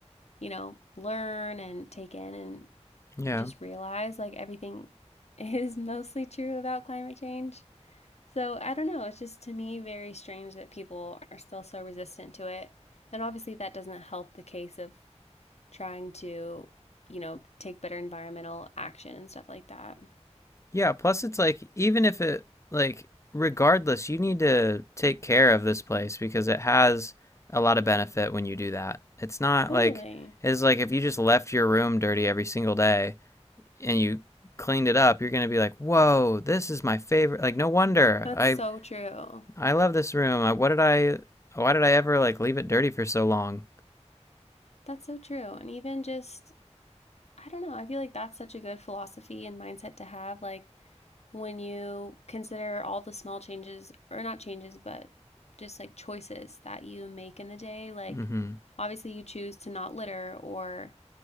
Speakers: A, on the left; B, on the left.
A: you know, learn and take in and
B: yeah
A: just realize like everything <laughs> is mostly true about climate change. So I don't know, it's just to me very strange that people are still so resistant to it. And obviously that doesn't help the case of trying to, you know, take better environmental action and stuff like that.
B: Yeah, plus it's like even if it like regardless, you need to take care of this place because it has a lot of benefit when you do that. It's not
A: Totally.
B: like it's like if you just left your room dirty every single day and you cleaned it up, you're going to be like, "Whoa, this is my favorite." Like no wonder.
A: That's
B: I
A: so true.
B: I love this room. I, what did I why did I ever like leave it dirty for so long?
A: That's so true. And even just, I don't know, I feel like that's such a good philosophy and mindset to have. Like when you consider all the small changes, or not changes, but just like choices that you make in the day, like
B: Mhm.
A: obviously you choose to not litter or